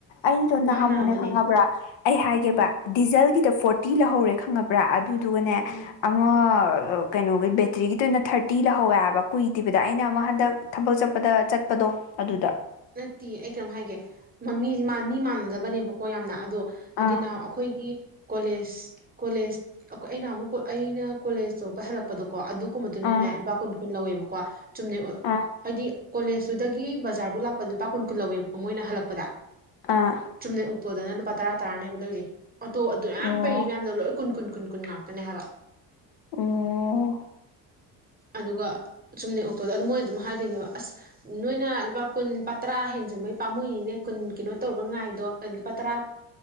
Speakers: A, on the left (about 75°); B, on the right (about 20°).
A: ꯑꯩꯗꯣ ꯅꯍꯥꯃꯨꯛꯅꯦ
B: ꯃꯥꯟꯅꯕꯅꯦ
A: ꯈꯪꯉꯕ꯭ꯔꯥ ꯑꯩ ꯍꯥꯏꯒꯦꯕ
B: ꯎꯝ
A: ꯗꯤꯖꯜꯒꯤꯗ ꯐꯣꯔꯇꯤ ꯂꯍꯧꯔꯦ ꯈꯪꯉꯕ꯭ꯔꯥ ꯑꯗꯨꯗꯨꯒꯅꯦ
B: ꯎꯝ
A: ꯑꯃꯥ ꯀꯩꯅꯣꯒꯤ ꯕꯦꯇ꯭ꯔꯤꯒꯤꯗꯨꯅ ꯊꯥꯔꯇꯤ ꯂꯍꯧꯋꯦ ꯍꯥꯏꯕ ꯀꯨꯏꯗꯕꯤꯗ ꯑꯩꯅ ꯑꯃꯥ ꯍꯟꯗꯛ ꯊꯕꯛ ꯆꯠꯄꯗ ꯆꯠꯄꯗꯣ ꯑꯗꯨꯗ
B: ꯅꯠꯇꯦ ꯑꯩ ꯀꯩꯅꯣꯝ ꯍꯥꯏꯒꯦ ꯃꯃꯤ ꯃꯤ ꯃꯥꯟꯅꯗꯕꯅꯦꯕꯀꯣ ꯌꯥꯝꯅ ꯑꯗꯣ ꯍꯥꯏꯗꯤ
A: ꯑꯥ
B: ꯅꯍ ꯑꯩꯈꯣꯏꯒꯤ ꯀꯣꯂꯦꯖ ꯀꯣꯂꯦꯖ ꯑꯧ ꯑꯩꯅ ꯅꯍꯟꯃꯨꯛ ꯀꯣ ꯑꯩꯅ ꯀꯣꯂꯦꯖ ꯆꯠꯄ ꯍꯂꯛꯄꯗꯀꯣ ꯑꯗꯨꯒꯨꯝꯕ ꯗꯨꯗꯗꯤꯅꯦ
A: ꯑꯥ
B: ꯂꯨꯄꯥ ꯀꯨꯟ ꯀꯨꯟ ꯂꯧꯋꯦꯕꯀꯣ ꯆꯨꯝꯅ
A: ꯑꯥ
B: ꯍꯥꯏꯗꯤ ꯀꯣꯂꯦꯖ ꯇꯨꯗꯒꯤ ꯕꯖꯥꯔꯕꯨ ꯂꯛ ꯂꯨꯄꯥ ꯀꯨꯟ ꯀꯨꯟ ꯂꯧꯋꯦꯕꯀꯣ ꯃꯣꯏꯅ ꯍꯜꯂꯛꯄꯗ
A: ꯑꯥ
B: ꯆꯨꯝꯅꯩ ꯑꯣꯛꯇꯣꯗꯅ ꯂꯨꯄꯥ ꯇꯔꯥ ꯇꯔꯥꯅꯦꯕ ꯂꯧꯏꯖꯦ ꯑꯣꯇꯣ ꯑꯗꯨꯌꯥꯝ
A: ꯑꯣ
B: ꯄꯩꯔꯤ ꯃꯌꯥꯝꯗꯣ ꯂꯣꯏ ꯀꯨꯟ ꯀꯨꯟ ꯀꯨꯟ ꯀꯨꯟ ꯉꯥꯛꯇꯅꯦ ꯍꯥꯏꯕ꯫
A: ꯑꯣ꯫
B: ꯑꯗꯨꯒ ꯆꯨꯝꯅ ꯑꯣꯛꯇꯣꯗꯣ ꯑꯗꯨ ꯃꯣꯏ ꯑꯗꯨꯝ ꯍꯥꯏꯗꯣꯏꯅꯦꯕ ꯑꯁ ꯅꯣꯏꯅ ꯂꯨꯄꯥ ꯀꯨꯟ ꯂꯨꯄꯥ ꯇꯔꯥ ꯍꯦꯟꯖꯤꯟꯕꯩ ꯄꯥꯝꯃꯨꯅꯤꯅꯦ ꯀꯨꯟ ꯀꯩꯅꯣ ꯇꯧꯔꯕ ꯉꯥꯏꯗꯣ ꯂꯨꯄꯥ ꯇꯔꯥ